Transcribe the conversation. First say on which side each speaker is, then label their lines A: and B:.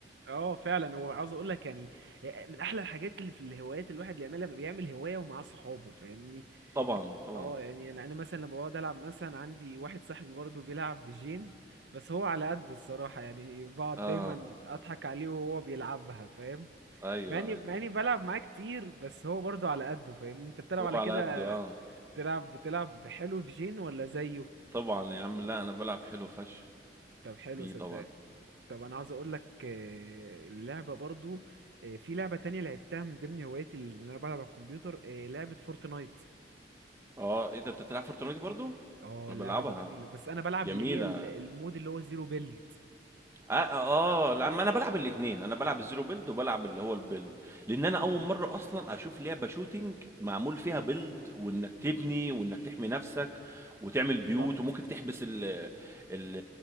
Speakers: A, on the right (about 75°); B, on the right (about 15°).
A: اه فعلا هو عاوز اقول لك يعني آه، من احلى الحاجات اللي في الهوايات الواحد اللي يعملها لما بيعمل هوايه ومعاه صحابه فاهمني
B: <laughs> طبعا
A: يعني
B: طبعا
A: اه يعني انا أنا مثلا لما بقعد العب مثلا عندي واحد صاحبي برضه بيلعب بجين بس هو على قد الصراحه يعني بقعد
B: اه
A: دايما اضحك عليه وهو بيلعبها فاهم
B: ايوه
A: مع اني
B: ايوه
A: مع اني بلعب معاه كتير بس هو برضه على قده فاهمني انت بتلعب
B: هو
A: على
B: على
A: كده
B: قده اه
A: بتلعب بتلعب حلو بجين ولا زيه
B: طبعا يا عم لا انا بلعب حلو فشخ
A: طب حلو
B: بيه
A: صدقني
B: طبعا
A: طب انا عاوز اقول لك آه، اللعبه برضو آه، في لعبه تانية لعبتها من ضمن هواياتي اللي انا بلعب على الكمبيوتر آه، لعبه فورتنايت
B: اه ايه ده انت بتلعب فورتنايت برضو
A: اه
B: انا
A: اللعبه
B: بلعبها
A: دي جميله بس انا بلعب
B: جميله
A: اللي هي ال- المود اللي هو زيرو بيلد
B: اه اه آه، لا ما انا بلعب الاثنين انا بلعب الزيرو بيلد وبلعب اللي هو البيلد لان انا اول مره اصلا اشوف لعبه شوتينج معمول فيها بيلد وانك تبني وانك تحمي نفسك وتعمل
A: بالظبط
B: بيوت وممكن تحبس ال ال